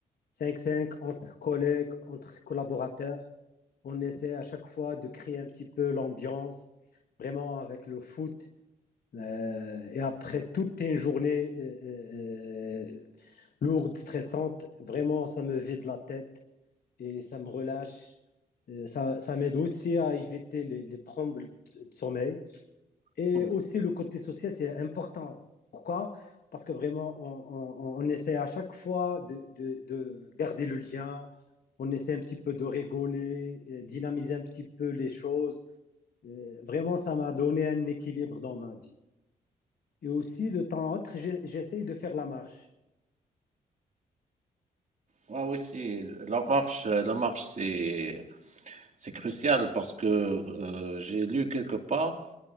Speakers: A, on the left (about 60°); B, on the right (about 45°).
A: cinq cinq entre collègues, entre collaborateurs. On essaie à chaque fois de créer un petit peu l'ambiance, vraiment avec le foot. Euh, et après toute une journée euh, euh, lourde, stressante, vraiment, ça me vide la tête et ça me relâche. Euh, ça, ça m'aide aussi à éviter les, les trembles de sommeil. Et
B: Trouve-
A: aussi, le côté social, c'est important. Pourquoi? Parce que vraiment, on, on- on essaie à chaque fois de, de- de garder le lien. On essaie un petit peu de rigoler, euh, dynamiser un petit peu les choses. Euh, vraiment, ça m'a donné un équilibre dans ma vie. Et aussi, de temps en autre, j'ai- j'essaie de faire la marche.
B: Ouais, oui, si. La marche, euh, la marche, c'est c'est crucial parce que euh, j'ai lu quelque part.